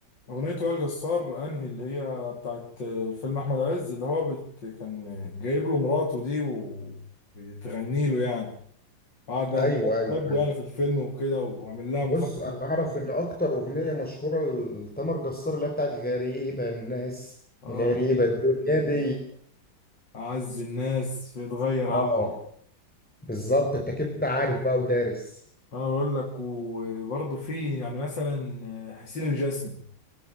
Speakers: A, on the left; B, in the centre.
A: اغنيه وائل جسار انهي اللي هي بتاعت فيلم احمد عز اللي هو بت... كان جايب له مراته دي وتغني له يعني قعد بقى
B: ايوه ايوه
A: بحبه
B: أيوه.
A: يعني في الفيلم وكده وعامل لها مفاجاه
B: بص انا اعرف ان اكتر اغنيه مشهوره لتامر جسار اللي هي بتاعت غريبه الناس
A: اه
B: غريبه
A: غريب
B: الدنيا
A: يعني،
B: دي
A: عز الناس بيتغير عليا
B: اه بالظبط انت كده عارف بقى ودارس
A: انا بقول لك وبرضه في يعني مثلا آه، حسين الجسمي